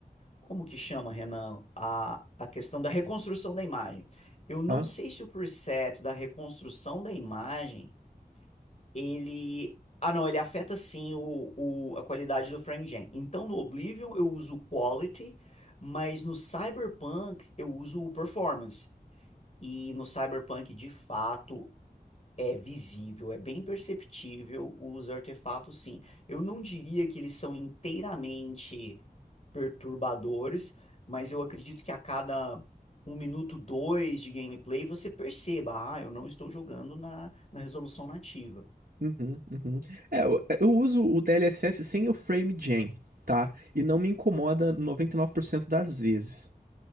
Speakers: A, on the left; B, on the right.
A: Como que chama, Renan? A, a questão da reconstrução da imagem. Eu não
B: Hã?
A: sei se o preset da reconstrução da imagem ele. Ah, não, ele afeta sim o, o, a qualidade do FrameGen. Então, no Oblivion eu uso o Quality, mas no Cyberpunk eu uso o Performance. E no Cyberpunk, de fato, é visível, é bem perceptível os artefatos, sim. Eu não diria que eles são inteiramente perturbadores, mas eu acredito que a cada um minuto, dois de gameplay, você perceba, ah, eu não estou jogando na, na resolução nativa.
B: Uhum, uhum. É, eu, eu uso o DLSS sem o frame gen, tá? E não me incomoda 99% das vezes.